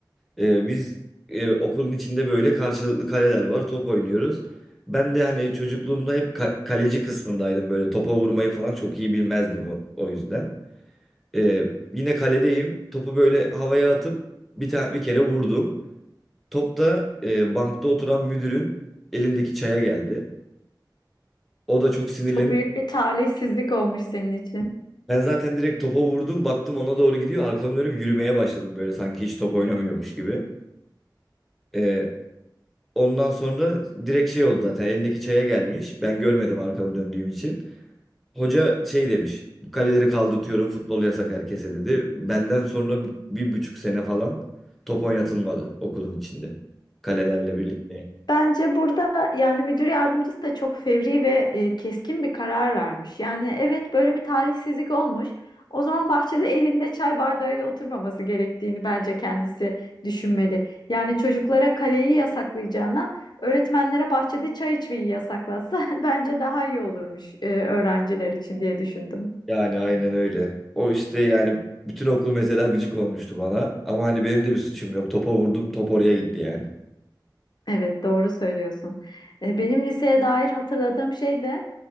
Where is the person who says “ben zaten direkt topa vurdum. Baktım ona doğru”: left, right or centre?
Centre